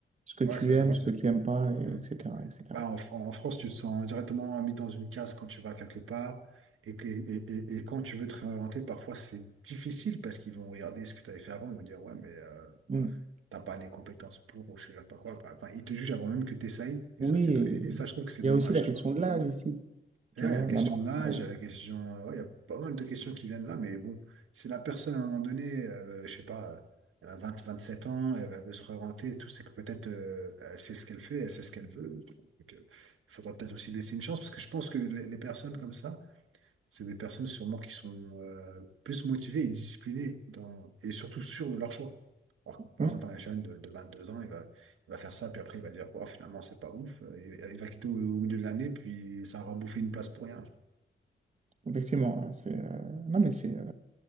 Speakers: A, on the right; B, on the right.
A: ce que
B: ouais,
A: tu
B: ça, j'avoue,
A: aimes, ce
B: ça.
A: que tu aimes pas, et
B: Hmm.
A: etc., etc.
B: Ouais, en, Fran- en France, tu te sens directement mis dans une case quand tu vas quelque part. Et, que- et, et, et quand tu veux te réorienter, parfois, c'est difficile parce qu'ils vont regarder ce que tu avais fait avant. Ils vont dire, ouais, mais euh,
A: Mm.
B: t'as pas les compétences pour ou je sais pas quoi. Enfin, ils te jugent avant même que tu essayes. Et
A: Oui,
B: ça, c'est, do-
A: et
B: et, et ça, je trouve que c'est
A: il
B: dommage,
A: y a aussi la
B: tu
A: question
B: vois.
A: de l'âge ici.
B: D'ailleurs,
A: Tu vois,
B: il y a la question
A: là-bas.
B: de l'âge,
A: euh,
B: il y a la question, euh, ouais, il y a pas mal de questions qui viennent là, mais bon, si la personne à un moment donné, elle, euh, je sais pas, euh, elle a vingt vingt sept ans, elle, elle veut se réorienter et tout, c'est que peut-être euh, elle sait ce qu'elle fait, elle sait ce qu'elle veut. tu vois. Donc, euh, il faudra peut-être aussi laisser une chance, parce que je pense que les, les personnes comme ça, c'est des personnes sûrement qui sont euh, plus motivées et disciplinées dans, et surtout sûres de leur choix. Alors que, par
A: hein,
B: exemple, un jeune de, de deux ans, il va, il va faire ça, puis après, il va dire, Bon, finalement, c'est pas ouf. Et- Il va quitter au, au milieu de l'année, puis ça aura bouffé une place pour rien.
A: effectivement, hein, c'est. euh, non, mais c'est. euh,